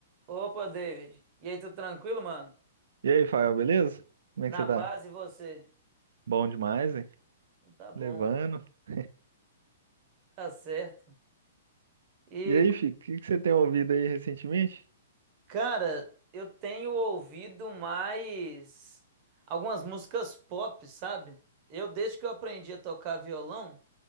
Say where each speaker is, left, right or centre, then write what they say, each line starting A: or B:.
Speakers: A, on the right; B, on the right.
A: Opa, David. E aí, tudo tranquilo, mano?
B: E aí, Fael, beleza? Como
A: Na
B: é que você
A: paz
B: tá?
A: e você?
B: Bom demais, hein?
A: Então Tá bom,
B: Levando. <laughs>
A: tá certo. E,
B: E aí, Fico, o que que você tem ouvido aí recentemente?
A: cara, eu tenho ouvido mais algumas músicas pop, sabe? Eu, desde que eu aprendi a tocar violão,